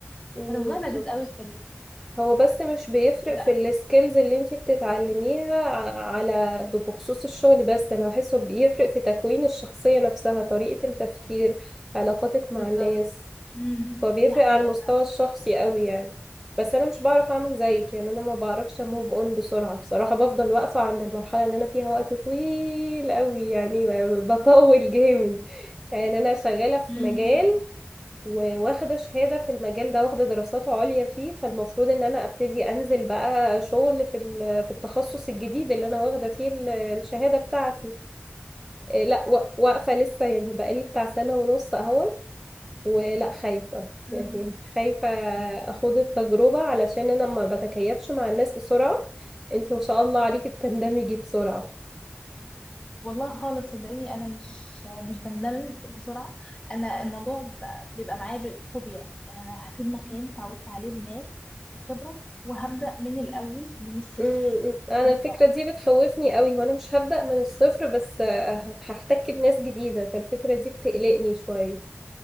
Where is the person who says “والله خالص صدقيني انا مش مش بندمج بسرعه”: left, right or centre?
Left